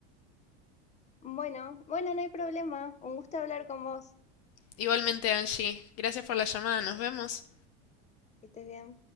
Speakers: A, on the left; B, on the left.
A: Bueno, bueno, no hay problema. Un gusto hablar con vos.
B: Igualmente, Angie, gracias por la llamada, nos vemos.
A: Que estés bien.